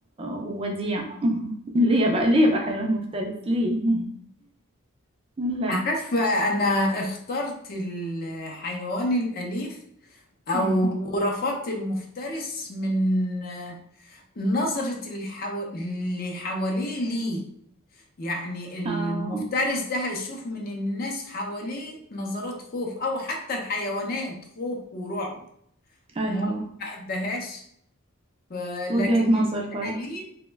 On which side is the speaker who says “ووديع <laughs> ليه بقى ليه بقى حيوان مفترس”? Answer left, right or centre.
Right